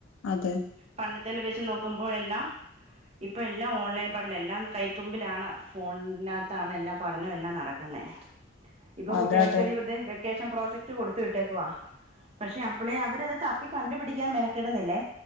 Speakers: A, on the left; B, on the right.
A: അതെ
B: പണ്ടത്തെല്ല വെച്ച് നോക്കുമ്പോഴെല്ലാം ഇപ്പം എല്ലാം ഓൺലൈൻ പഠനം എല്ലാം കൈത്തുമ്പിലാണ് ഫോണിനകത്താണ് എല്ലാം പഠനം എല്ലാം നടക്കുന്നത് ഇപ്പൊ
A: അതെ
B: കുട്ടികൾക്കൊരു
A: അതെ
B: തേ വെക്കേഷൻ പ്രോജക്ട് കൊടുത്ത വിട്ടേക്കുവാ പക്ഷെ അപ്പോള അവരത് തപ്പി കണ്ടുപിടിക്കാൻ മെനക്കിടുന്നില്ലേ